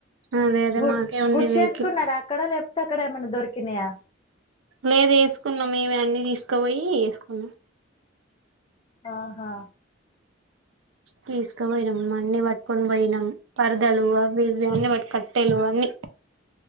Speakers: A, on the right; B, on the left.
A: అదే అదే
B: గుడ్
A: మాకే ఉంది
B: గుడిసే
A: వెహికల్
B: ఏసుకున్నారు అక్కడ లే అక్కడేమన్న దొరికినయా
A: లేదు ఏసుకున్నం మేమే అన్ని తీసకపోయి ఏసుకున్నం
B: ఆహా
A: తీసుకపోయినాం అన్ని పట్టుకొని పోయినాం పరదలు అవి ఇవి అన్ని వట్ కట్టెలు అన్ని